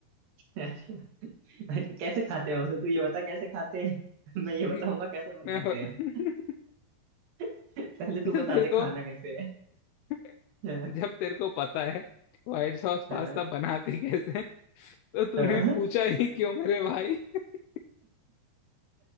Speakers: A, on the right; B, on the left.
A: <laughs> अच्छा अच्छा, कैसे खाते हैं उसे तू ये बता कैसे खाते हैं <laughs> मैं ये
B: <laughs>
A: बताऊंगा कैसे बनाते
B: मैं <laughs>
A: हैं <laughs> पहले तू
B: तो
A: बता
B: तेरे
A: दे
B: को
A: खाना कैसे है
B: <laughs>
A: <laughs> हाँ,
B: जब तेरे को पता है व्हाइट सॉस
A: हाँ,
B: पास्ता बनाते कैसे हैं, तो तूने
A: हाँ।
B: पूछा ही क्यों मेरे भाई <laughs>